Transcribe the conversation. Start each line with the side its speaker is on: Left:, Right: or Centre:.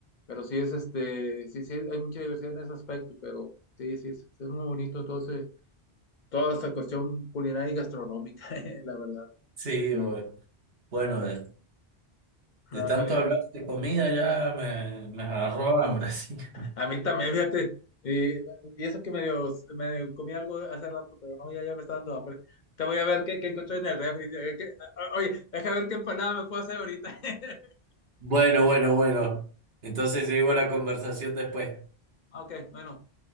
Left: Pero sí es este, sí, sí, hay mucha diversidad en ese aspecto, pero sí, sí, es, sí es muy bonito todo ese- toda esta cuestión culinaria y gastronómica, <laughs> la verdad.
Right: Sí,
Left: Sí.
Right: o- bueno, de, de
Left: No,
Right: tanto
Left: ándale.
Right: hablar de comida ya me, me agarró hambre, <laughs> así que-
Left: A mí también, fíjate. Y, y eso que medio, medio comí algo hace rato, pero no, ya, ya me está dando hambre. Te voy a ver qué, qué encontré en el refri. a qué- a- oye, deja ver qué empanada me puedo hacer ahorita. <laughs>
Right: Bueno, bueno, bueno. Entonces seguimos la conversación después.
Left: Ok, bueno.